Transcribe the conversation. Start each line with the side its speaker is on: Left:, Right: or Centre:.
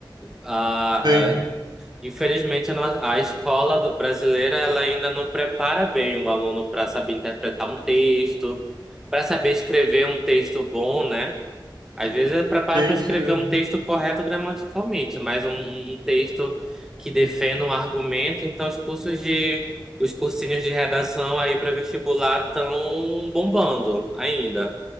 Centre: Ah,
Right: Sim,
Centre: ah, infelizmente, a, no- a escola do brasileira ela ainda não prepara bem o aluno para saber interpretar um texto, para saber escrever um texto bom, né? Às vezes é preparar
Right: sim,
Centre: para escrever
Right: sim mesmo.
Centre: um texto correto gramaticalmente, mas um, um um texto que defenda um argumento. Então, os cursos de, os cursinhos de redação aí para vestibular estão bombando ainda.